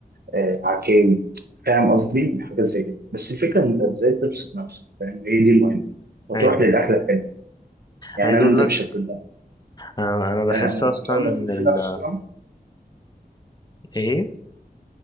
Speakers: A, on the right; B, on the left.
A: آه، عكاوي فاهم قصدي؟ حاجات زي كده بس الفكرة إن أنت إزاي تبسط نفسك فاهم هي دي المهمة وتروح
B: ايوه
A: للأكلة
B: أيوة.
A: الحلوة يعني
B: عايز
A: أنا
B: اقول
A: أنت
B: لك
A: مش هتصدقني
B: آه انا بحس
A: أنا أنا
B: اصلا
A: كنت أقول
B: ان
A: لك على
B: ال
A: حاجة بسرعة
B: ايه